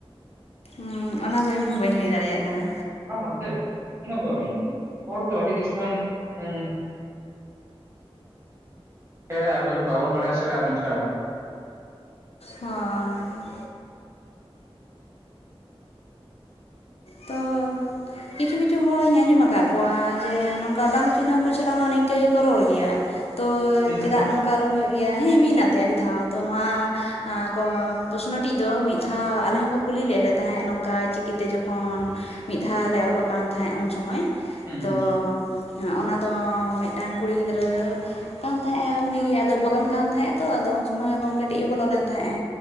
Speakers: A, on the left (about 80°); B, on the right (about 30°).
A: ᱩᱸ ᱚᱱᱟ ᱫᱚ ᱤᱧ ᱦᱚᱸ ᱵᱟᱹᱧ ᱞᱟᱹᱭ ᱫᱟᱲᱮᱭᱟᱜ ᱠᱟᱱᱟ᱾
B: ᱵᱟᱝ <unintelligible> ᱚᱱᱟᱱ ᱠᱚᱱ ᱦᱚᱲᱚ ᱫᱚ ᱟᱹᱰᱤ ᱠᱤᱪᱩᱜᱟᱱ ᱦᱩᱸ᱾ ᱥᱮᱲᱟᱭ ᱟᱵᱚᱱ ᱵᱟᱵᱚᱱ ᱵᱟᱲᱟᱭᱟ ᱥᱮᱬᱟᱭᱟᱵᱚᱱ ᱪᱟᱞᱟ ᱠᱟᱱᱟ᱾
A: ᱦᱳᱭ ᱛᱚ ᱠᱤᱪᱷᱩ ᱠᱤᱪᱷᱩ ᱦᱚᱲᱤᱧ ᱟᱸᱡᱚᱢ ᱟᱠᱟᱫ ᱠᱚᱣᱟ ᱡᱮ ᱱᱚᱝᱠᱟ ᱵᱟᱝ ᱪᱤᱱᱦᱟᱹᱣ ᱠᱚ ᱥᱟᱞᱟᱜ ᱦᱚᱸ ᱱᱤᱝᱠᱟᱹ ᱜᱮᱠᱚ ᱨᱚᱲ ᱜᱮᱭᱟ᱾ ᱛᱚ
B: ᱵᱤᱱ
A: ᱪᱮᱫᱟᱜ
B: ᱟᱛᱮ
A: ᱱᱚᱝ? ᱚᱱᱠᱟ ᱨᱚᱲ ᱦᱩᱭᱩᱜ ᱜᱮᱭᱟ ᱦᱮᱸ ᱵᱤᱱ ᱟᱛᱮ ᱟᱹᱰᱤ ᱫᱷᱟᱣ ᱛᱚ ᱱᱚᱣᱟ ᱠᱚ ᱯᱚᱥᱱᱚᱴᱤᱡ ᱫᱚ ᱢᱤᱫ ᱫᱷᱟᱣ ᱟᱞᱮ ᱦᱚᱸᱠᱚ ᱠᱩᱞᱤ ᱞᱮᱫ ᱞᱮ ᱛᱟᱦᱮᱸᱫ ᱱᱚᱝᱠᱟ ᱪᱤᱠᱤᱛᱮ ᱡᱚᱠᱷᱚᱱ ᱢᱤᱫ ᱫᱷᱟᱣ ᱫᱷᱟᱣ ᱞᱮ ᱚᱞᱚᱜ ᱠᱟᱱ ᱛᱟᱦᱮᱸᱫ ᱩᱱ ᱥᱚᱢᱚᱭ,
B: ᱦᱩᱸ
A: ᱛᱚ
B: ᱦᱩᱸ
A: ᱦᱮᱸ ᱚᱱᱟ ᱫᱚ ᱢᱤᱫᱴᱟᱝ ᱠᱩᱲᱤ ᱜᱤᱫᱽᱨᱟᱹ ᱠᱟᱱ ᱛᱟᱦᱮᱸᱜᱼᱟ ᱩᱱᱤᱜᱮ ᱟᱫᱚ ᱵᱚᱞᱚᱱ ᱠᱟᱱ ᱛᱟᱦᱮᱸᱜ ᱛᱚ ᱟᱫᱚ ᱩᱱ ᱥᱚᱢᱚᱭ ᱜᱚᱢᱠᱮ ᱴᱤᱡ ᱮ ᱵᱚᱞᱚ ᱞᱮᱱ ᱛᱟᱦᱮᱸᱜᱼᱟ᱾